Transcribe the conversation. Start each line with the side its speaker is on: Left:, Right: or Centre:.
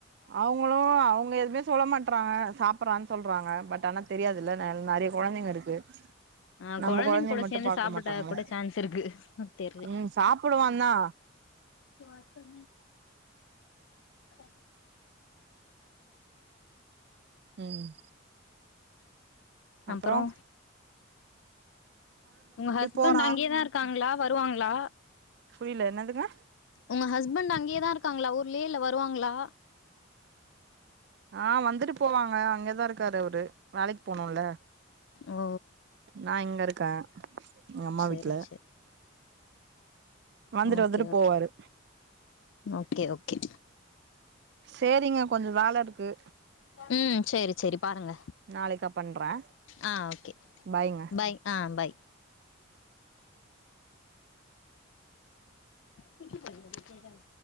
Right: அவங்களும் அவங்க எதுவுமே சொல்ல மாட்டறாங்க சாப்பறான்னு சொல்றாங்க பட் ஆன தெரியாதுல்ல நிறைய குழந்தைங்க இருக்கு
Left: ஆஹ்
Right: நம்ம
Left: குழந்தைங்க
Right: கொழந்தைய
Left: கூட
Right: மட்டு
Left: சேர்ந்து
Right: பாக்க
Left: சாப்பிட
Right: மாட்டாங்கள
Left: கூட சான்ஸ் இருக்கு தெரில
Right: ம் சாப்புடுவாந்தா
Left: ச <inaudible>
Right: உம் அப்பறம்
Left: அப்பறோ உங்க ஹஸ்பண்ட்
Right: போறா
Left: அங்கேயேதான் இருக்காங்களா வருவாங்களா
Right: புரில என்னதுங்க
Left: உங்க ஹஸ்பண்ட் அங்கயே தா இருக்காங்களா ஊர்லேயல வருவாங்களா
Right: ஆஹ் வந்துட்டு போவாங்க அங்கதான் இருக்காரு அவரு வேலைக்கு போனும்ல
Left: ஓ
Right: நான் இங்க இருக்கேன் எங்க அம்மா
Left: செரி
Right: வீட்ல
Left: செரி
Right: வந்துட்டு
Left: ஓகே
Right: வந்துட்டு
Left: ஓகே
Right: போவாரு
Left: ஓகே ஓகே
Right: சேரிங்க கொஞ்ச வேலை இருக்கு
Left: உம் சேரி சேரி பாருங்க
Right: நாளைக்கா பண்றே
Left: ஆஹ் ஓகே
Right: பாய்ங்க
Left: பாய் ஆஹ் பாய் குட்டு சொல <inaudible>